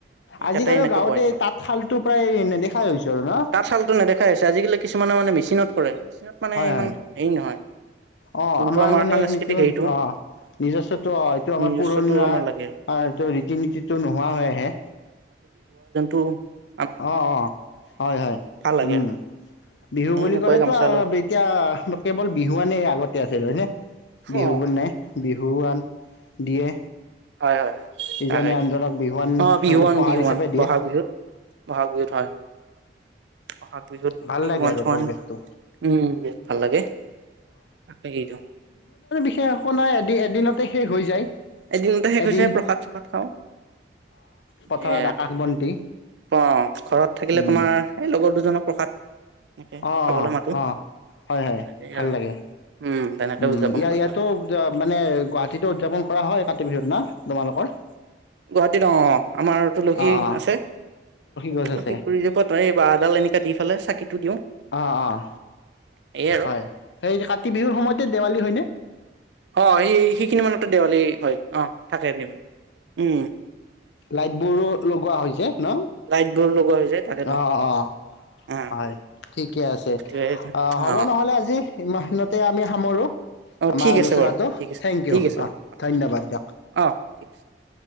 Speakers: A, on the right; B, on the left.
A: এই
B: আজিকালি
A: তাতে এনেকে
B: গাঁৱতে
A: বয় আমাৰ
B: তাঁতশালটো প্ৰায় নেদেখাই হৈছো আৰু ন?
A: তাৰ চালতটো নেদেখা হৈছে আজিকালি কিছুমানে মানে ম চীনত কৰে। ত মানে
B: হয়
A: ইমান
B: হয়।
A: হেৰি নহয়।
B: অ'
A: যোনটো
B: আমাৰ মানে।
A: সাংস্কৃতিক হেৰিটো
B: অ' নিজস্বতো অ' এইটো আমাৰ
A: নিজস্বটো
B: পুৰণা
A: আমাৰ লাগে।
B: এইটো ৰীতি নীতিটো নোহোৱা হৈ আহে।
A: অ'
B: অ' অ' হয় হয়
A: ভাল লাগে
B: উম
A: আৰু
B: বিহু বুলি
A: এনেকুৱাই
B: ক'লেতো
A: গামোচা
B: আৰু
A: লৈ পেলাই।
B: এতিয়া কেৱল বিহুৱানে আগতে আছিল হয় নে? বিহুবোৰ
A: অ'।
B: নে বিহু দিয়ে
A: হয় হয় হয়
B: ইজনে
A: তাকেই
B: আনজনক বিহুৱান
A: অ' বিহুৱান
B: উপহাৰ
A: বিহুৱান
B: হিচাপে দিয়ে।
A: ব'হাগ বিহুত ব'হাগ বিহুত হয় ব'হাগ। বিহুত
B: ভাল
A: বিহুৱান
B: লাগে আৰু
A: চিহুৱান
B: পৰিৱেশটো।
A: উম বহুত ভাল লাগে নে কি
B: সে সকলোৰে এদিন এদিনতে শেষ হৈ যায়।
A: এদিনতে শেষ
B: এদিন
A: হৈছে প্ৰসাদ চসাদ খাওঁ
B: পথাৰত
A: এ
B: আকাশ বন্তি।
A: অ' ঘৰত থাকিলে
B: উম,
A: তোমাৰ এই লগৰ দুজনক প্ৰসাদ। সেকে
B: অ',
A: খাবলৈ
B: অ',
A: মাতো
B: অ'।
A: তেনেকেই
B: হয়, হয়, ভাল
A: আৰু
B: লাগে।
A: উম তেনেকে
B: উম
A: উদযাপন
B: ইয়াৰ
A: কৰা
B: ইয়াতো
A: হয়
B: মানে গুৱাহাটীত। উদযাপন কৰা হয় কাতি বিহুৰ দিনা তোমালোকৰ
A: গুৱাহাটীত অ' আমাৰ তুলসী
B: অ', অ',
A: আছে।
B: গছ
A: তুলসী
B: আছে
A: গুৰি যে ত এই বাহডাল এনেকা দি পেলাই চাকি টো দিওঁ
B: অ' অ'
A: সেয়ে আৰু
B: হয় সেই কাতি বিহুৰ সময়তে দেৱালী হয়নে? উম
A: অ' সেই সেইখিনি মানতে দেৱালী হয়। অ' থাকে দে উম
B: লাইট বোৰো লগোৱা হৈছে। ন?
A: লাইট বৰ লগোৱা। হৈ যায় তাকেতো
B: অ' অ'
A: অ
B: হয় ঠিকে আছে।
A: এইটোৱে অ
B: হ'ব নহ'লে আজি ইমানতে আমি সামৰো
A: অ
B: আমাৰ
A: ঠিক
B: আলোচনাটো
A: আছে বাৰু ঠিক আছে
B: থেংক ইউ
A: ঠিক আছে
B: অ'
A: বাৰু
B: ধন্যবাদ দিয়ক।
A: অ ঠিক আছে